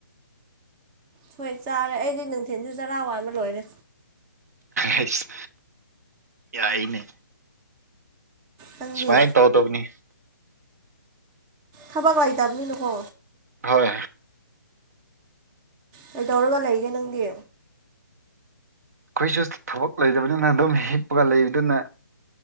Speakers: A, on the right; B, on the right.
A: ꯁꯣꯏ ꯆꯥꯔꯦ ꯑꯩꯗꯤ ꯅꯨꯡꯊꯤꯤꯟꯁꯨ ꯆꯔꯥ ꯋꯥꯟꯕ ꯂꯣꯏꯔꯦ
B: ꯑꯁ ꯌꯥꯏꯅꯦ
A: ꯅꯪꯗꯤ
B: ꯁꯃꯥꯏ ꯇꯧ ꯇꯣꯅꯤ
A: ꯈꯥꯕꯒ꯭ꯂꯥꯏꯗꯝꯃꯤ ꯅꯉꯣ
B: ꯍꯣꯏ
A: ꯀꯩꯗꯧꯔꯒ ꯂꯩꯒꯦ ꯅꯪꯗꯤ
B: ꯑꯩꯈꯣꯏꯁꯨ ꯊꯕꯛ ꯂꯩꯇꯕꯅꯤꯅ ꯑꯗꯨꯝ ꯍꯤꯞꯄꯒ ꯂꯩꯕꯗꯨꯅ